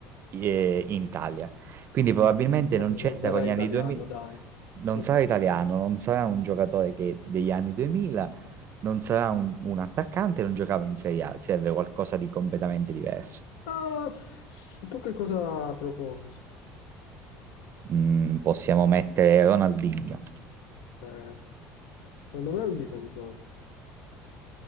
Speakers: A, on the right; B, on the left.
A: eh, in Italia. Quindi probabilmente
B: vabbè,
A: non c'entra
B: non sarà
A: con gli
B: italiano,
A: anni 2000,
B: dai.
A: non
B: Non
A: sarà
B: sarà
A: italiano,
B: italiano.
A: non sarà un giocatore che degli anni 2000, non sarà un, un attaccante, non giocava in Serie A, serve qualcosa di completamente diverso.
B: Ah, tu che cosa proponi?
A: Mm, possiamo mettere Ronaldinho,
B: Eh, secondo me è un difensore.